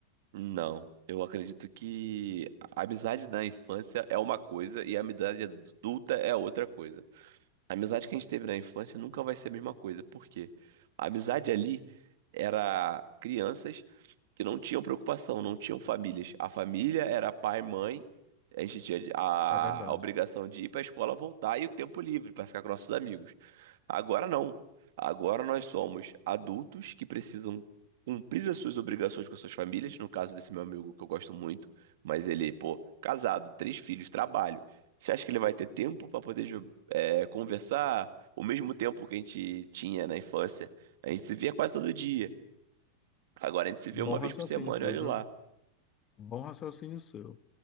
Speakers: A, on the right; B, on the left.
A: não. Eu acredito que a amizade na infância é uma coisa e a amizade adulta é outra coisa. A amizade que a gente teve na infância nunca vai ser a mesma coisa. Por quê? A amizade ali era crianças que não tinham preocupação, não tinham famílias. A família era pai, mãe. A gente tinha a
B: É verdade.
A: obrigação de ir para a escola, voltar e o tempo livre para ficar com nossos amigos. Agora não. Agora nós somos adultos que precisam cumprir as suas obrigações com as suas famílias. No caso desse meu amigo que eu gosto muito, mas ele, pô, casado, três filhos, trabalho. Você acha que ele vai ter tempo para poder jo- é, conversar? O mesmo tempo que a gente tinha na infância, a gente se via quase todo dia. Agora a gente se vê
B: Bom
A: uma vez
B: raciocínio
A: por semana
B: seu,
A: e olha
B: viu?
A: lá.
B: Bom raciocínio seu.